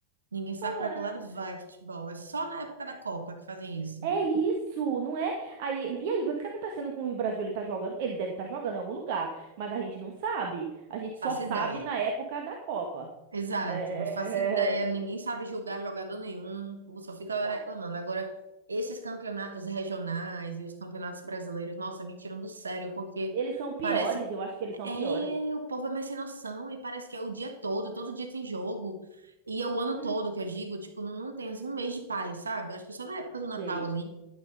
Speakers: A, on the right (about 75°); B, on the right (about 50°).
A: Ninguém sabe
B: Fala.
A: para que lado vai o futebol. É só na época
B: É
A: da Copa que fazem isso.
B: é isso, não é? Aí, e aí, o que tá acontecendo com o Brasil? Ele tá jogando? Ele deve estar jogando em algum lugar, mas a gente não sabe. A gente
A: Faço
B: só sabe
A: ideia.
B: na época da Copa.
A: Exato,
B: É,
A: não
B: é,
A: faço ideia, ninguém
B: é,
A: sabe julgar jogador nenhum, o povo só fica
B: é, não.
A: reclamando. Agora, esses campeonatos regionais e os campeonatos brasileiros, nossa, me tiram do sério, porque
B: Eles são piores,
A: parece,
B: eu acho que eles são
A: é,
B: piores.
A: o povo é mais sem noção e parece que é o dia todo, todo dia tem jogo, e é o ano
B: Hum,
A: todo que eu digo, tipo, não, não tem assim um mês de paz, sabe? Eu Acho que só na época do Natal
B: sei,
A: ali.